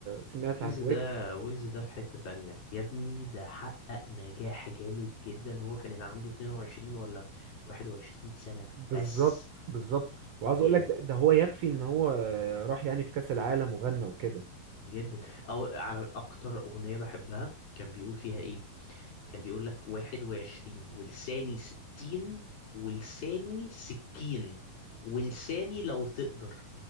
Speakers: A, on the right; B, on the left.
A: سمعت
B: ويجز
A: عن
B: ده
A: ويجز
B: ويجز ده في حتة تانية يا ابني ده حقق نجاح جامد جدا وهو كان عنده 22 ولا 21 سنة
A: بالظبط
B: بس
A: بالظبط وعاوز
B: كان جامد
A: اقول لك ده, ده هو يكفي ان هو راح يعني في كاس العالم وغنى وكده
B: جدا او على اكتر اغنيه بحبها كان بيقول فيها ايه كان بيقول لك واحد وعشرين ولساني ستين ولساني سكين وانساني لو تقدر